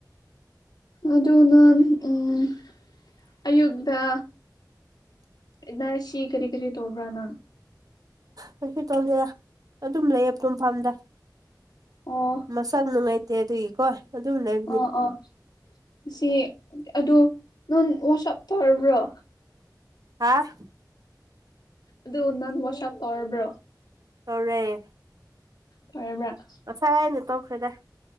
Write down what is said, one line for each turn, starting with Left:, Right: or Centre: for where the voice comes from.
Left: ꯑꯗꯨꯅ ꯎꯝ ꯑꯌꯨꯛꯇ ꯏꯅꯥ ꯁꯤ ꯀꯔꯤ ꯀꯔꯤ ꯇꯧꯕ꯭ꯔꯥ ꯅꯪ
Right: ꯀꯩꯁꯨ ꯇꯧꯗꯦꯗ ꯑꯗꯨꯝ ꯂꯩꯌꯦ ꯇꯨꯝꯐꯝꯗ
Left: ꯑꯣ
Right: ꯃꯁꯥ ꯅꯨꯡꯉꯥꯏꯇꯦ ꯑꯗꯨꯒꯤꯀꯣ ꯑꯗꯨꯝ ꯂꯩ
Left: ꯑꯥ ꯑꯥ ꯁꯤ ꯑꯗꯨ ꯅꯪ ꯋꯥꯁꯑꯞ ꯇꯧꯔꯕ꯭ꯔꯣ
Right: ꯍꯥꯥ
Left: ꯑꯗꯨ ꯅꯒ ꯋꯥꯁꯞ ꯇꯧꯔꯕ꯭ꯔꯣ
Right: ꯇꯧꯔꯦ
Left: ꯐꯔꯕꯔꯥ
Right: ꯑꯁꯥꯏꯅꯦ ꯇꯧꯈ꯭ꯔꯦꯗꯥ